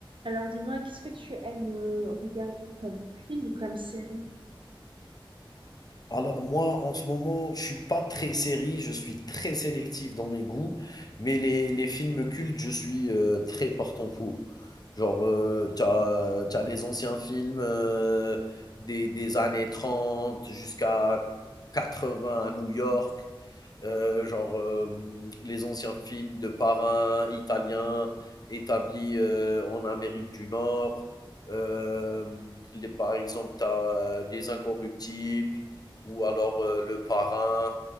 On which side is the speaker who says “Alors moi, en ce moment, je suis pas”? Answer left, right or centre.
Left